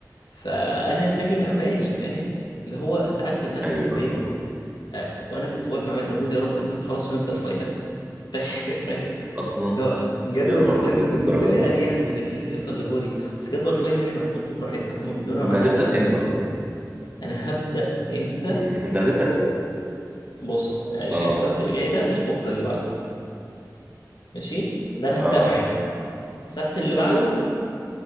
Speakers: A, on the left; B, on the right.
A: فانا دماغي تعباني فاهم اللي هو انت عارف ان انا
B: ايوه
A: بالنسبه
B: اه
A: لي آه، وانا في اسبوع المعمل ده بقول يا رب امتى خلاص ونبدا الفاينل <laughs> فاهم
B: اصلا
A: لو جدول
B: يا نهار
A: الفاينل
B: ابيض
A: بالنسبه
B: للدرجه
A: لي
B: دي
A: اريح من الهيصه اللي جوه دي اصل جدول الفاينل احنا بنحطه براحتنا هما بيدونا
B: انت
A: ميعاد
B: هتبدا
A: فانا
B: امتى اصلا
A: هبدا امتى
B: مم. انت هتبدا امتى؟
A: بص آه، شايف
B: اه
A: السبت اللي جاي ده مش بكره اللي بعده ماشي ده انا
B: اه
A: هبدا معامل السبت اللي بعده